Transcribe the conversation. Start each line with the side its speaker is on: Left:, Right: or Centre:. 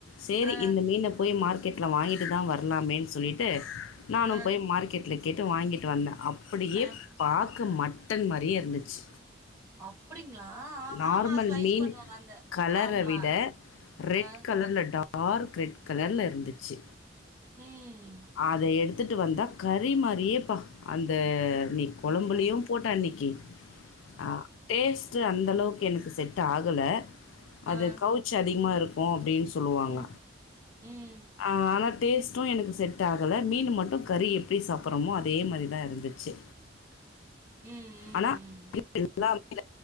Left: சேரி
Right: ஆ
Left: இந்த மீன போய் மார்க்கெட்ல வாங்கிட்டு தா வர்லாமேன் சொல்லிட்டு நானு
Right: ஆ
Left: போய் மார்க்கெட்ல கேட்டு வாங்கிட்டு வந்தே அப்டியே
Right: ஆ
Left: பாக் க்க மட்டன் மாரியே இருந்துச்சு
Right: அப்டிங்களா
Left: நார்மல்
Right: ஆமா ஸ்லைஸ்
Left: மீன்
Right: பண்ணுவாங்க அந்த
Left: கலர
Right: ஆமா
Left: விட ரெட்
Right: ஆ
Left: கலர்ல டா டார்க் ரெட் கலர்ல இருந்துச்சு
Right: ம்
Left: அத எடுத் த்துட்டு வந்தா கறி மாரியேப்பா அந்த நீ கொழம்புலயு
Right: அ
Left: போட்ட அன்னைக்கு ஆ டேஸ்ட்டு அந்தளவுக்கு எனக்கு செட் ஆகுல அதுக்
Right: ஆ
Left: கவு ச்சு அதிகமாக இருக்கு அப்டின் சொல்லுவாங்க
Right: ம் ம்
Left: ஆனா டேஸ்ட்டு எனக்கு செட் ஆகல மீன் மட்டு கறி எப்டி சாப்பர்றமோ அதே மாரி தா இருந்துச்சு
Right: ம் ம்
Left: ஆனா
Right: ம்
Left: <inaudible> இல்லாம